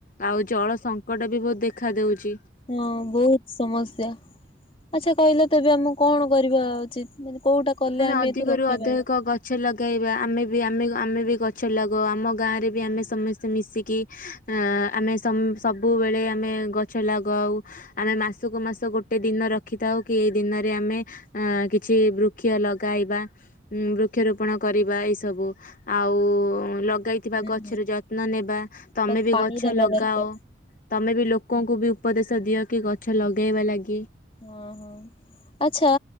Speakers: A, on the left; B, on the left.
A: ଆଉ ଜଳ ସଙ୍କଟ ବି ବହୁତ୍ ଦେଖା ଦଉଚି।
B: ହଁ ବହୁତ୍ ସମସ୍ୟା ଆଚ୍ଛା କହିଲ ତେବେ ଆମୁକୁ କଣ କରିବା ଉଚିତ ମାନେ କୋଉଟା କଲେ ଆମେ
A: ଅଧିକରୁ
B: ଏଥୁରୁ ରକ୍ଷା
A: ଅଧିକ
B: ପାଇବା?
A: ଗଛ ଲଗେଇବା ଆମେ ବି ଆମେ ଆମେ ବି ଗଛ ଲଗଉ ଆମ ଗାଁରେ ବି ଆମେ ସମେସ୍ତେ ମିଶିକି ଆଁ ଆମେ ସମ୍-ସବୁବେଳେ ଆମେ ଗଛ ଲାଗଉ ଆମେ ମାସୁକୁ ମାସ ଗୋଟେ ଦିନ ରଖିଥାଉ କି ଏଇ ଦିନରେ ଆମେ ଆଁ କିଛି ବୃ କ୍ଷ ଲଗାଇବା ବୃକ୍ଷରୋପଣ କରିବା ଏସବୁ। ଆଉ ଲଗାଇ ଥିବା
B: ହୁଁ
A: ଗଛର
B: ହୁଁ।
A: ଯତ୍ନ ନେବା ତମେ
B: ତାକୁ
A: ବି
B: ପାଣି
A: ଗଛ
B: ଦବା
A: ଲଗାଅ।
B: ଦରକାର
A: ତମେ ବି ଲୋକଙ୍କୁ ବି ଉପଦେଶ ଦିଅ କି ଗଛ ଲଗାଇବା ଲାଗି।
B: ଓହୋ ଆଚ୍ଛା